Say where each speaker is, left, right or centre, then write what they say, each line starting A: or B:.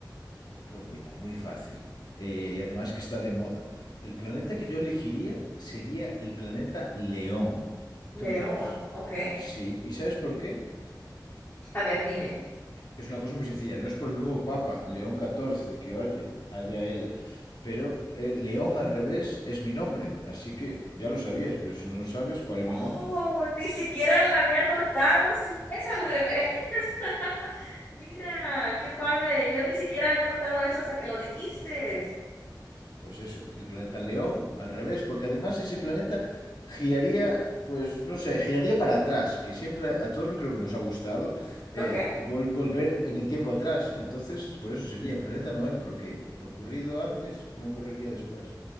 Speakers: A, on the left (about 70°); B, on the left (about 30°).
A: Pues mira, muy fácil. Eh, y además que está de moda. El planeta que yo elegiría sería el planeta León. Y
B: León,
A: tú me dirás,
B: ¿ok?
A: sí, ¿y sabes por qué?
B: A ver, dime.
A: es una cosa muy sencilla. No es por el nuevo Papa, León catorce que oye, haya él. Pero eh, León al revés es mi nombre. Así que ya lo sabías, pero si no lo sabes, ¿cuál es mi
B: Oh,
A: nombre?
B: ni siquiera la había notado. Sí, es al revés. <laughs> Mira, qué padre. Yo ni siquiera había notado eso hasta que lo dijiste.
A: Pues eso, el planeta León al revés, porque además ese planeta giraría, pues no sé, giraría para atrás, que siempre a todos creo que nos ha gustado eh,
B: Ok,
A: vol- volver en el tiempo atrás. Entonces, por eso sería el planeta Noel, porque lo ocurrido antes no ocurriría después.